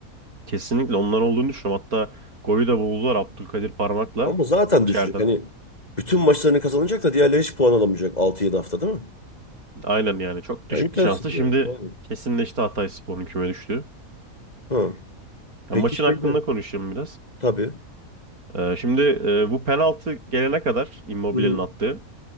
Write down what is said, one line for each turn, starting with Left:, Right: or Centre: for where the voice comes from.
Right: Kesinlikle onlar olduğunu düşünüyorum. Hatta golü de buldular Abdülkadir parmakla
Left: Ama zaten
Right: içeriden.
Left: düşecek. Hani bütün maçlarını kazanacak da diğerleri hiç puan alamayacak altı yedi hafta değil mi?
Right: Aynen yani çok düşüktü
Left: Ya imkansız
Right: şansı. Şimdi
Left: yani. Aynen.
Right: kesinleşti Hatayspor'un küme düştüğü.
Left: Hı.
Right: Ya
Left: Peki
Right: maçın
Left: şeyde
Right: hakkında konuşayım biraz.
Left: Tabii.
Right: Ee, şimdi e, bu penaltı gelene kadar Immobile'nin
Left: Hı hı.
Right: attığı.